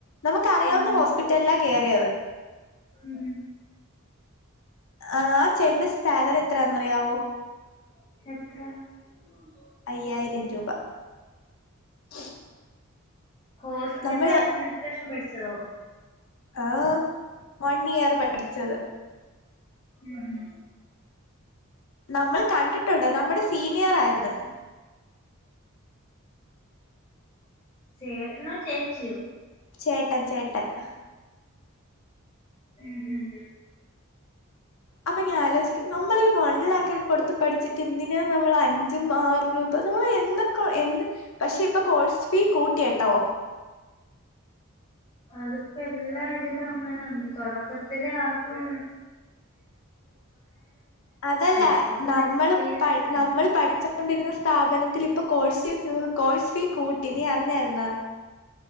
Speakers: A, on the left; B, on the left.
A: നമുക്കറിയാവുന്ന
B: ഉം
A: ഹോസ്പിറ്റലില കേറിയത്
B: ഉം
A: ആ ചേട്ട്ന്റെ സ്റ്റാലറി എത്ര? ന്നറിയാവോ?
B: <unintelligible>
A: അയ്യായിരം രൂപ <unintelligible>
B: ഹോസ്പിറ്റൽ
A: നമ്മള്
B: അഡ്മിനിസ്ട്രേഷൻ <unintelligible> ചെലോ
A: ആ വൺ ഇയർ പഠിച്ചത്
B: ഉം
A: നമ്മൾ കണ്ടിട്ടുണ്ട് നമ്മുടെ സീനിയറായിര്ന്ന്
B: ചേട്ടനൊ ചേച്ചിയോ
A: ചേട്ടൻ ചേ എ ഹ്
B: ഉം ഉം
A: അപ്പം ഞാ ആലോചിക്കും നമ്മളീ വൺലാക്ക് കൊടുത്ത് പഠിച്ചിട്ട് എന്തിന നമ്മൾ അഞ്ചും ആറ് രൂപ നമ്മള് <unintelligible> പക്ഷേ ഇപ്പ കോഴ്സ് ഫി കൂട്ടി ട്ടോ
B: അതിപ്പെല്ലാ ഇതിലും അങ്ങനുണ്ട് തൊടക്കത്തിലാർക്കും
A: അതല്ല
B: ഇപ്പൊ ഫുൾ
A: നമ്മള്
B: എക്സ്പീരിയൻസ്
A: പ
B: വേണ്ടേ
A: നമ്മൾ പഠിച്ച്ഒണ്ടിരുന്ന സ്ഥാപനത്തിലിപ്പൊ കോഴ്സ്യു ഫു കോഴ്സ് ഫീ കൂട്ടി നീ അറിഞ്ഞാര്ന്നാ